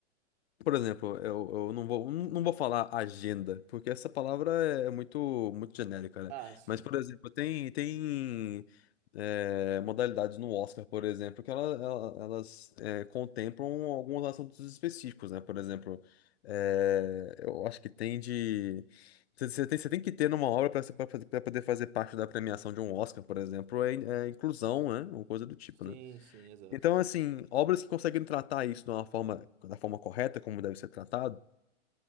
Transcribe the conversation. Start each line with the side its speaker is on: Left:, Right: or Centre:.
Left: Por exemplo, eu, eu não vou, não vou falar agenda, porque essa palavra é muito, muito genérica, né?
Right: Ah, sim.
Left: Mas, por exemplo, tem, tem é, modalidades no Oscar, por exemplo, que ela, ela- elas é, contemplam alguns assuntos específicos, né? Por exemplo, é, eu acho que tem de. Você você tem, você tem que ter numa obra para poder fazer parte da premiação de um Oscar, por exemplo, é, é inclusão, né? Ou coisa do
Right: Sim,
Left: tipo, né?
Right: sim, exato.
Left: Então, assim, obras que conseguem tratar isso de uma forma, da forma correta, como deve ser tratado,